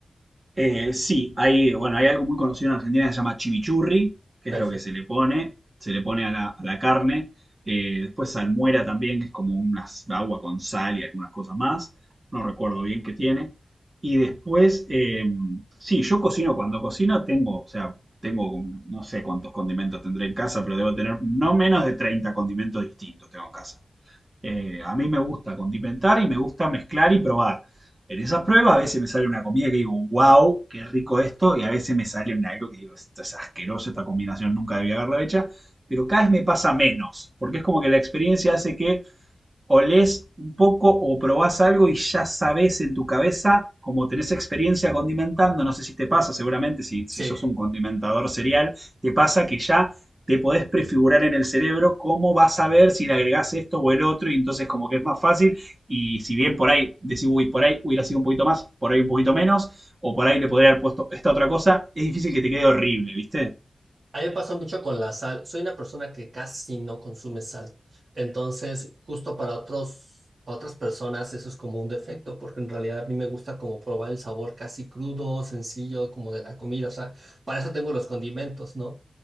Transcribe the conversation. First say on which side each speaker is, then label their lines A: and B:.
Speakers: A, on the right; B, on the right.
A: Eh, sí, hay, bueno, hay algo muy conocido en Argentina que se llama chimichurri, que
B: Perfecto.
A: es lo que se le pone, se le pone a la, a la carne. Eh, después salmuera también, que es como una agua con sal y algunas cosas más. No recuerdo bien qué tiene. Y después, eh, sí, yo cocino. Cuando cocino tengo, o sea, tengo, un- no sé cuántos condimentos tendré en casa, pero debo tener no menos de 30 condimentos distintos tengo en casa. Eh, a mí me gusta condimentar y me gusta mezclar y probar. En esas pruebas a veces me sale una comida que digo, wow, qué rico esto, y a veces me sale un algo que digo, esto es asqueroso, esta combinación nunca debía haberla hecha, pero cada vez me pasa menos, porque es como que la experiencia hace que olés un poco o probás algo y ya sabés en tu cabeza, como tenés experiencia condimentando, no sé si te pasa, seguramente si, si
B: Sí.
A: sos un condimentador serial, te pasa que ya te podés prefigurar en el cerebro cómo vas a ver si le agregás esto o el otro, y entonces como que es más fácil, y si bien por ahí decís, uy, por ahí hubiera sido un poquito más, por ahí un poquito menos, o por ahí le podría haber puesto esta otra cosa, es difícil que te quede horrible, ¿viste?
B: A mí me pasa mucho con la sal. Soy una persona que casi no consume sal. Entonces, justo para otros, para otras personas eso es como un defecto, porque en realidad a mí me gusta como probar el sabor casi crudo, sencillo, como de la comida. O sea, para eso tengo los condimentos, ¿no?